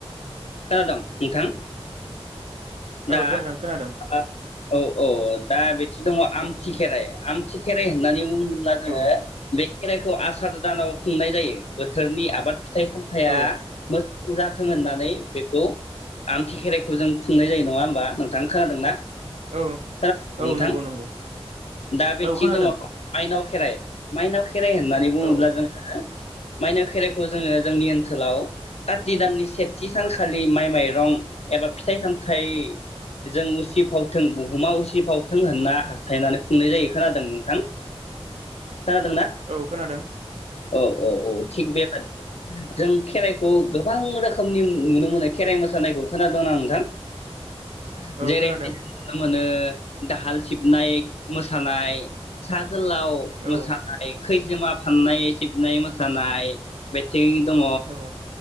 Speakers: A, on the left; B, on the right.
A: खोनादोंं नोंथां। दा
B: औ <unintelligible> खोनादों।
A: आ, औ। औ दा बिथि दङ आमथि खेराइ आमथि खेराइ होननानै बुङोब्ला जोङो
B: औ
A: बे खेराइखौ आसार दानाव खुंनाय जायो बोथोरनि आबाद फिथाइ सामथाया
B: औ
A: जाथों होननानै बेखौ आमथि खेराइखौ जों खुंनाय जायो नङा होमबा नोंथां खोनादों ना।
B: औ
A: सार <unintelligible>
B: औ
A: नोंथां
B: नंगौ नंगौ
A: दा बेथि
B: औ खोनादों
A: दङ मायनाव ख खेराय माइनाव खेराइ होन्नानै बुङोब्ला
B: औ
A: जोंङो माइनाव खेराइखौ जोङो जोंनि ओनसोलाव काति दाननि सेथि सानखालि माइ माइरं एबा फिथाइ सामथाइ जों उसिफावथों बुहुमा उसिफावथों होनना हास्थायनानै खुंनाय जायो खोनादों नोंथां? खोनादोंना
B: औ खोनादों
A: औ औ औ थिग बेबादिनो जों खेराइखौ गोबां रोखोमनि नुनो मोनो खेराइ मोसानायखौ खोनादों नों <unintelligible>
B: औ
A: जेरैहाय
B: खोनादों
A: जों नो दाहाल सिबनाय मोसानाय सा गोलाव
B: औ
A: मोसानाय
B: औ
A: खैजेमा फाननाय सिबनाय मोसानाय बे <unintelligible> दङ
B: औ